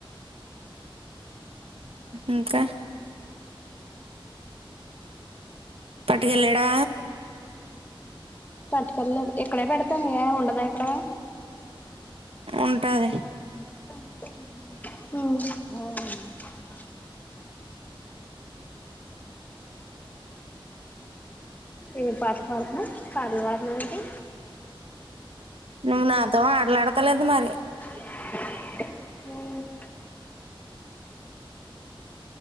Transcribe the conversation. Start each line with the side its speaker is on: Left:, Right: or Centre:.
Left: <unintelligible>
Right: ఇంక పట్టుకెళ్ళాడా
Left: పట్టుకెళ్లలేదు ఇక్కడే పెడతాను యే ఉండదా ఇక్కడా
Right: ఉంటది.
Left: హ్ ఏ పాటలు పాడుతున్నావ్ పాటలు పాడుతున్నావ్ ఏంటి
Right: నువ్వు నాతో ఆటలాడ్తలేదు మరి
Left: అ